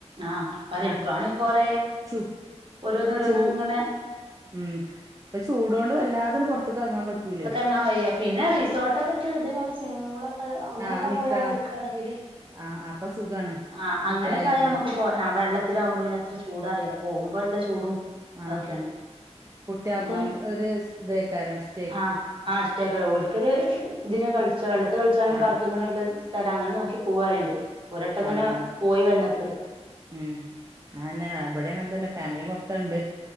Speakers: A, on the right; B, on the right.
A: ആഹ് <unintelligible>
B: ആ
A: ഇപ്പാണേ കൊറ
B: ചൂ
A: ഓരോന്ന് ഓരോന്ന്
B: ചൂ
A: ഇങ്ങനെ
B: ഉം ഇപ്പൊ ചൂടോണ്ട് വല്ലാതെ അങ്ങ് പൊറത്തേക്ക് എറങ്ങാൻ പറ്റൂല്ലോ
A: ആഹ് വയ്യാ പിന്നെ റിസോർട്ടൊക്കെ എട്ത്ത് ഇതേപേലെ സിമ്മി ക്ക് അങ്ങനെയൊക്കെ
B: ആ നിക്കണം
A: പോയാണ്ട് എട്ക്കയാണെങ്കില്
B: ആ അപ്പൊ സുഖാണ്
A: ആഹ് അങ്ങനെയൊക്കെ
B: കുട്ടികളായിട്ടും
A: ആയാ നമ്മക്ക് വെള്ളത്തിലാവമ്പൊ പിന്നെ അത്ര ചൂട് അറിയില്ല പോവുമ്പോ നല്ല ചൂടും
B: ആഹ്
A: അതൊക്കെയാണ്
B: കുട്ടിയക്കും
A: എന്നാലും
B: ഒര് ഇതക്കാരും ഇഷ്
A: ആഹ് ആഹ് ഇഷ്ടക്ക്യാ ഓര്ക്കാര് ഇതിന് കളിച്ചാ വെള്ളത്തി കളിച്ചാലും
B: ആ
A: പാർക്കിങ്ങന്ലത് കാരം അങ്ങനെ നോക്കി പോവാറേണ്ട് ഒര് വട്ടം അങ്ങനെ
B: ആ ആ
A: പോയി വന്നപ്പാളേ
B: ഉം അതെന്നെ ഇവടെ അങ്ങനെ തന്നെ ഫാമിലി മൊത്തം ഇണ്ട്